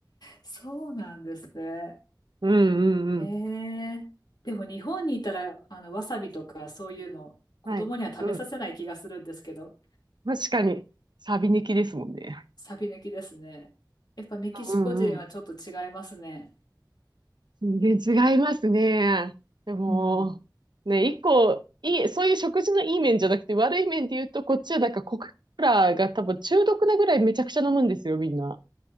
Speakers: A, on the left (about 60°); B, on the right (about 70°).
A: そうなんですね。
B: うんうんうん。
A: へえ。でも日本にいたら、あの、わさびとかそういうの、子供には食べさせない気がするんですけど、
B: はい。うん。確かに、サビ抜きですもんね。
A: サビ抜きですね。やっぱメキシコ人はちょっと違いますね。
B: うんうん。全然違いますね。でも、
A: うん。
B: ね、一個、いい、そういう食事のいい面じゃなくて、悪い面で言うと、こっちはなんかコクーラが多分中毒なぐらいめちゃくちゃ飲むんですよ、みんな。